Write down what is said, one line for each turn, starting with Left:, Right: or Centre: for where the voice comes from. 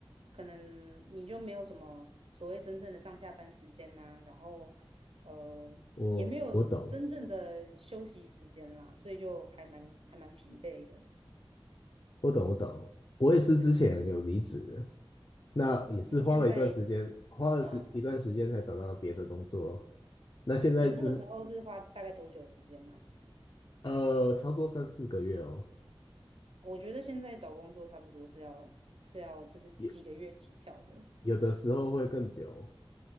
Right: 可能你就没有什么所谓真正的上下班时间啦，然后呃也没有真正的休息时间啦，
Left: 我我懂，
Right: 所以就还蛮还蛮疲惫的。
Left: 我懂，我懂，我也是之前有离职，
Right: 对，
Left: 那也是花了一段时间，
Right: 那你现在
Left: 花了时一段时间才找到别的工作哦。
Right: 嗯？
Left: 那现在只是
Right: 你那个时候是花大概多久时间呢、啊
Left: 呃，差不多三四个月哦，
Right: 我觉得现在找工作差不多是要是要就是几个月起跳的。
Left: 有有的时候会更久。